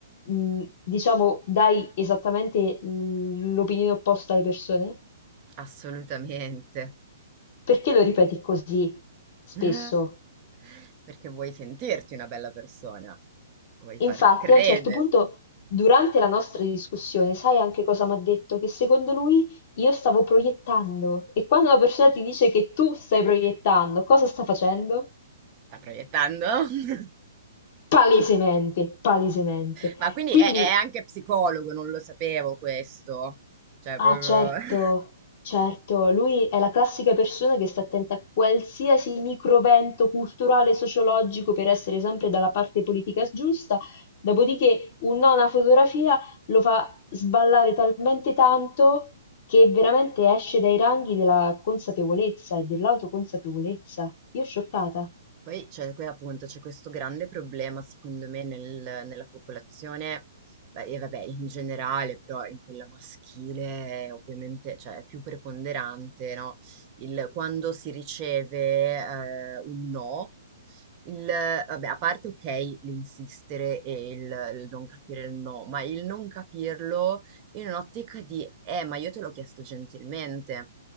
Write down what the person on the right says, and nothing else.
Assolutamente.
<laughs> Perché vuoi sentirti una bella persona. Vuoi far
credere.
Sta proiettando? <laughs>
Ma quindi
è, è anche psicologo, non lo sapevo questo. Cioè,
proprio...
<laughs>
Poi c'è qui appunto c'è questo grande problema secondo me nel- nella popolazione, beh, e vabbè in generale però in quella maschile è ovviamente cioè, è più preponderante no? Il, quando si riceve eh, un no, il, vabbè, a parte ok l'insistere e il, il non capire il no, ma il non capirlo in un'ottica di, eh, ma io te l'ho chiesto gentilmente,